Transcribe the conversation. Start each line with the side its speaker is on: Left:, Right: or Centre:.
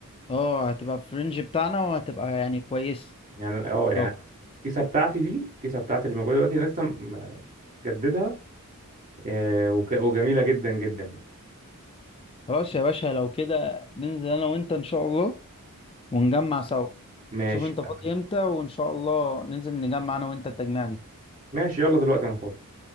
Left: اه هتبقى في الرينج بتاعنا وهتبقى يعني كويس
Right: يعني اه يعني
Left: لو
Right: الكيسه بتاعتي دي الكيسه بتاعتي اللي موجوده دلوقتي انا لسه مجددها آه، وك- وجميله جدا جدا يعني
Left: خلاص يا باشا لو كده ننزل انا وانت ان شاء الله ونجمع سوا
Right: ماشي
Left: شوف انت
Right: تمام
Left: فاضي امتى وان شاء الله ننزل نجمع انا وانت التجميع دي
Right: ماشي يلا دلوقتي انا فاضي